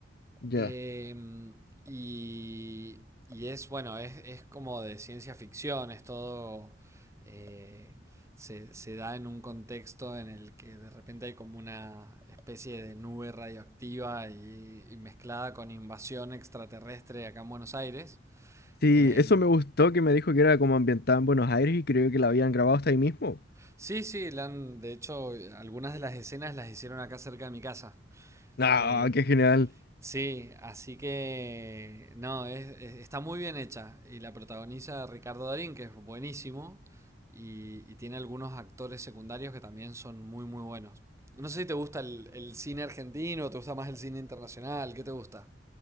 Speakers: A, on the left; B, on the right.
A: Ya.
B: Eh, y, y es, bueno, es, es como de ciencia ficción, es todo... eh, se, se da en un contexto en el que de repente hay como una especie de nube radioactiva y, y mezclada con invasión extraterrestre acá en Buenos Aires.
A: Sí,
B: Em,
A: eso me gustó que me dijo que era como ambientada en Buenos Aires y creo que la habían grabado hasta ahí mismo.
B: sí, sí, la han- de hecho algunas de las escenas las hicieron acá cerca de mi casa.
A: No,
B: Eh,
A: qué genial.
B: Sí, así que no, es- es- está muy bien hecha y la protagoniza Ricardo Darín, que es buenísimo, y, y tiene algunos actores secundarios que también son muy, muy buenos. No sé si te gusta el, el cine argentino, te gusta más el cine internacional, ¿qué te gusta?